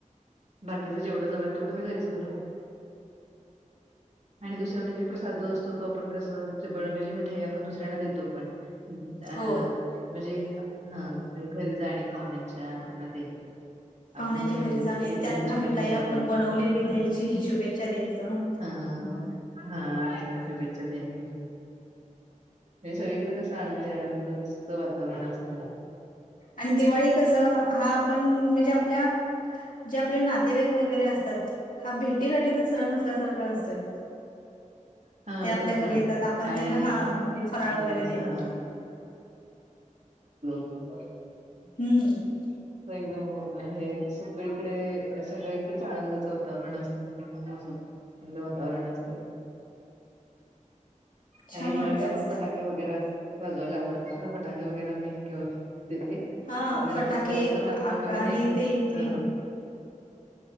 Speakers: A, on the right; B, on the left.
A: बाकीच जेवढं जमल तेवढं मी घरीच बनवते. आणि दुसर म्हणजे प्रसाद जो असतो तो आपण कसं बनवलेली मिठाई आपण दुसऱ्यांना देतो पण. अ
B: हो.
A: म्हणजे हा ते घरी जाणे पाहुण्यांच्या अन त्यांना देणे.
B: पाहुण्यांच्या
A: आपली मिठाई
B: घरी जाणे,
A: त्यांनी
B: त्यांना
A: त्यांची मिठाई आपल्याला
B: आपण बनवलेली
A: देतात ह
B: द्यायची, शुभेच्छा द्यायचं.
A: ह. हा हा त्याना शुभेच्छा देने. हे सगळीकडे कस आनंदी आनंदचं वातावरण असतंय.
B: आणि दिवाळी कस हा आपण म्हणजे आपल्या जे आपले नातेवाईक वगैरे असतात. हा भेटीघाटीचा सण असल्यासारखा असतोय.
A: <inaudible> हा
B: ते आपल्या
A: तेच
B: घरी
A: ना
B: येतात आपण
A: आणि
B: त्यांना हा घरी फराळ
A: आपलेच
B: वगैरे देणं.
A: अ <unintelligible>
B: हम्म.
A: हो हे सगळीकडे सगळी कडेच आनंदाचं वातावरण असत दीप बसून. वातावरण असते.
B: छान
A: आणि मुलांना
B: वाटतंय
A: पण
B: असं.
A: पटाखे वगैरे वाजवायला आवडतेत ना पटाखे वगैरे आम्ही घेऊन देते
B: हा
A: पण
B: फटाके
A: जास्त मात्रामध्ये
B: आक आणि
A: नाही ग
B: ते हे
A: हा